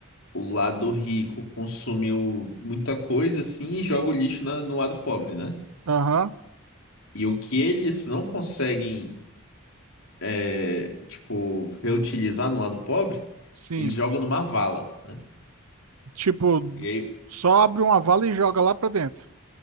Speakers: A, on the left (about 70°); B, on the right (about 85°).
A: o lado rico consumiu muita coisa assim e joga o lixo na- no lado pobre, né?
B: Aham,
A: E o que eles não conseguem, é, tipo, reutilizar no lado pobre,
B: sim.
A: eles jogam numa vala, né?
B: Tipo,
A: E aí,
B: só abre uma vala e joga lá pra dentro.